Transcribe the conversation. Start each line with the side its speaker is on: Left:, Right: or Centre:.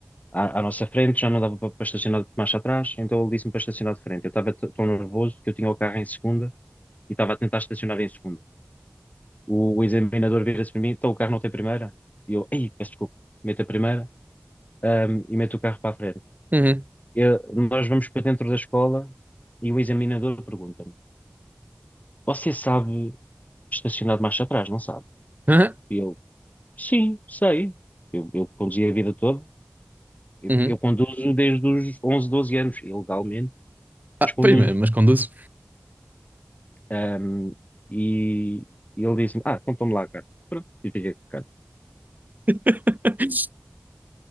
Left: à, à nossa frente, já não dava para para estacionar de marcha atrás, então ele disse-me para estacionar de frente. Eu estava t- tão nervoso que eu tinha o carro em segunda e estava a tentar estacionar em segunda. O, o examinador vira-se para mim, então o carro não tem primeira? E eu, ei, peço desculpa, mete a primeira, ah, e mete o carro para a frente.
Right: Uhum.
Left: Eu- nós vamos para dentro da escola e o examinador pergunta-me: Você sabe estacionar de marcha atrás, não sabe?
Right: Aham.
Left: E eu: Sim, sei. Eu, eu conduzi a vida toda. Eu,
Right: Uhum.
Left: eu conduzo desde os 11 12 anos, ilegalmente,
Right: Ah,
Left: mas conduzo.
Right: pois, mas, mas conduzo.
Left: Ahm, e, e ele disse-me: Ah, então toma lá a carta. Pronto, eu fiquei com a carta.
Right: <laughs>